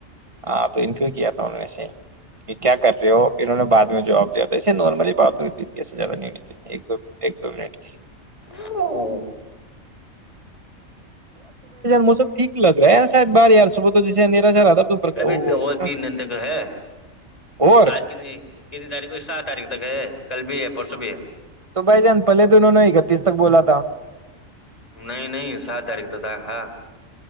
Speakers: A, on the right; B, on the left.
A: ہاں تو ان کیوں کیا تھا ان میں سے ہی یہ کیا کر رہے ہو پھر انہوں نے بع میں جاب دیا تھا ایسے نارملی بات ہوئی تھی گسے جا ن ا ت ایک دو ایک دو منٹ کی
B: ہوں
A: موسم ٹھیک لگ رہا ہے شاید بار یار صبح تو جیسے اندھیرا سا رہا تھا تو برق-
B: ابھی
A: وہ-
B: دو تین دن تک ہے
A: اور
B: آج کتنی کتنی تاریخ سات تاریخ تک ہے کل بھی ہے پرسوں بھی ہے
A: تو بھائی جان پہلے دونوں نے اکتیس تک بولا تھا
B: نہیں نہیں سات تاریخ تو تھا ہاں